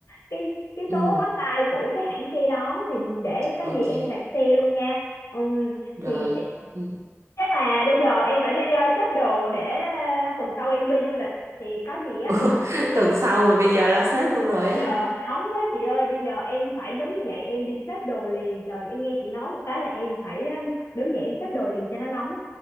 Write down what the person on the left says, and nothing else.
cái cái
số hotline của cái hãng xe đó thì để có
gì em đặt xe luôn nha Ừm,
thì ch
chắc là bây giờ em phải đi à, xếp đồ để à, tuần sau em đi du lịch thì có gì á
em
không biết thì
giờ
hóng quá chị ơi bây giờ em phải đứng dậy em đi xếp đồ liền trời em nghe chị nói một cái là em phải ừ, đứng dậy em xếp đồ liền cho nó nóng